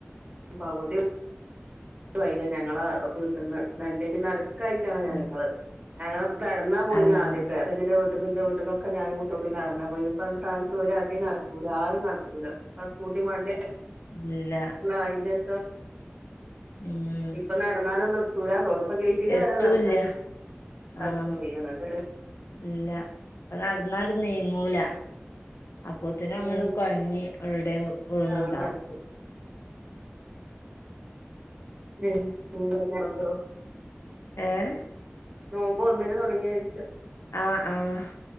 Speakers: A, on the right (about 30°); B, on the left (about 80°).
A: പകുതി <unintelligible> ഞങ്ങള വീട്ട്ന്ന് രണ്ടിന്റീം നട് ക്കായിട്ടാണ് ഞങ്ങള്
B: ആഹ്
A: ഞങ്ങള നടന്നാ പോയിന്നേ
B: ആഹ്
A: ആദ്യൊക്കെ ഹസ്ബന്റിന്റെ വീട്ട് ട്ട് ക്കും ന്റെ വീട്ട്ക്കൊക്കെ ഞാനും കുട്ടീം കൂടി നടന്ന പോയിന്നത് ഇപ്പാ ആ സ്ഥാനത്ത് ഒരു അടി നടക്ക കൂല ആരും നടക്കൂല ആ സ്കൂട്ടി വണ്ടി
B: ഇല്ല
A: ആയിന്റെഷം
B: ഉം
A: ഇപ്പൊ നടന്നാലൊന്ന <unintelligible> പ്പൊ ഗെയ്റ്റ്ക്കെ
B: എത്തൂല്ല
A: വരാ നടക്കാ പ്പാർക്കും
B: ആഹ്
A: വെയ്യ ന്നട്ടല്ലെ
B: ഇല്ല ഇപ്പ നടന്നാട് നീങ്ങൂല. അപ്പോത്തിനമ്മള്
A: ഉം
B: കൊയങ്ങി അവടെവെടേം വീണ്
A: നടക്കൂലപ്പൊ
B: ണ്ടാവും
A: <inaudible> <unintelligible>
B: ഏഹ്-
A: നോമ്പ് ഒന്നിന് തൊടങ്ങിയീയാഴ്ച-
B: ആഹ് ആഹ് -